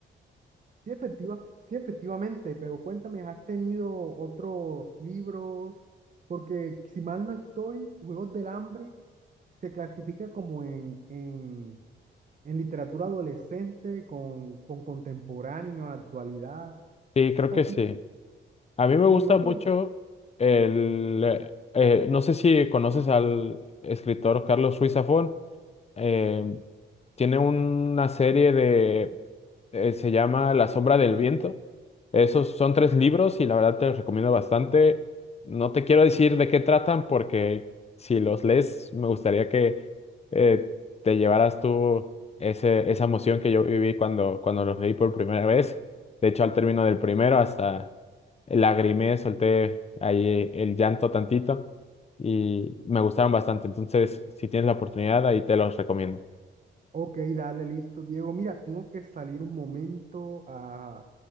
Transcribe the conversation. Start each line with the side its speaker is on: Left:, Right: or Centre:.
Right: Sí, efectiva, sí, efectivamente, pero cuéntame, ¿has tenido otros libros? Porque si mal no estoy, Juegos del Hambre se clasifica como en, en, en literatura adolescente con, con contemporáneo, actualidad. o
Left: Sí, creo que
Right: sea,
Left: sí.
Right: ti-
Left: A mí me
Right: y
Left: gusta
Right: otro,
Left: mucho el... eh, eh, no sé si conoces al escritor Carlos Ruiz Zafón. eh, tiene una serie de, eh, se llama La sombra del viento. Esos son tres libros y la verdad te los recomiendo bastante. No te quiero decir de qué tratan porque si los lees me gustaría que eh, te llevaras tú ese, esa emoción que yo viví cuando, cuando los leí por primera vez. De hecho, al término del primero hasta lagrimé, solté ahí el llanto tantito y me gustaron bastante. Entonces, si tienes la oportunidad, ahí te los recomiendo.
Right: ok, dale, listo, Diego. Mira, tengo que salir un momento a,